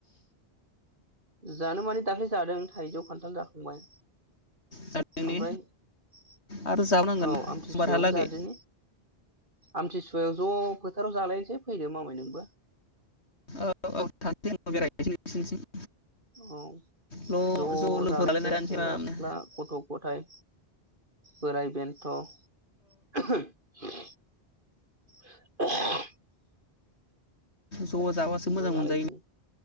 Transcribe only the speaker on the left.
जादोंने
आरो जाबोनांगोन
समबारहालागै
औ <unintelligible>
ल'
लोगोफोर
लालायना जानोसै
आरामनो
ज' जाबासो मोजां
मोनजायो